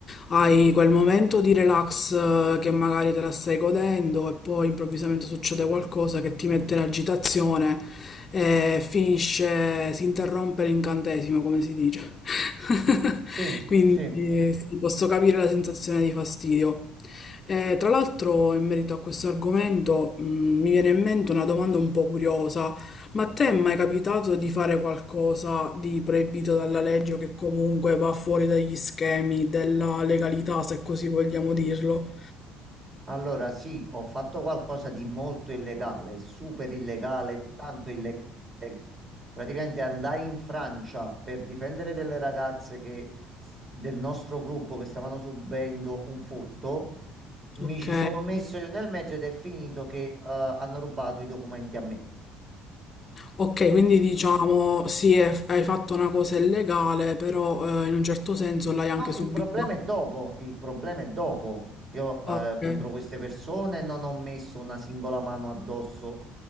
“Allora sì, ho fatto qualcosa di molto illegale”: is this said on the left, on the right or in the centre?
Right